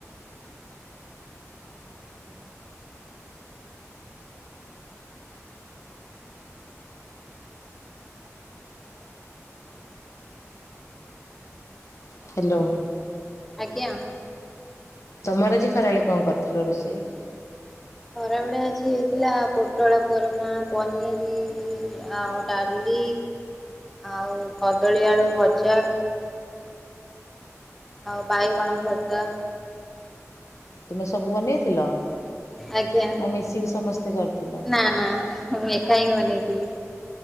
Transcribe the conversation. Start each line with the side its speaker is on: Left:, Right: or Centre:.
Left: ଅପନଙ୍କର କଣ ହେଇଥିଲା?
Centre: ଆଉ
Left: ହ୍ୟାଲୋ ହ୍ୟାଲୋ।
Centre: ଆଜ୍ଞା।
Left: ତମର ଆଜି ଖରାବେଳେ କଣ କରିଥିଲ ରୋଷେଇ?
Centre: ଖରାବେଳେ ଆଜି ହେଇଥିଲା ପୋଟଳ କରମା, ପନିର ଆଉ ଡାଲି, ଆଉ କଦଳୀ ଆଳୁ ଭଜା। ଆଉ ବାଇଗଣ ଭରତା।
Left: ତୁମେ ସବୁ ବନେଇଥିଲ?
Centre: ଆଜ୍ଞା,
Left: ନା ମିଶିକି ସମସ୍ତେ କରିଥିଲ?
Centre: ନା ନା ମୁଁ ଏକା ହିଁ ବନେଇଥିଲି।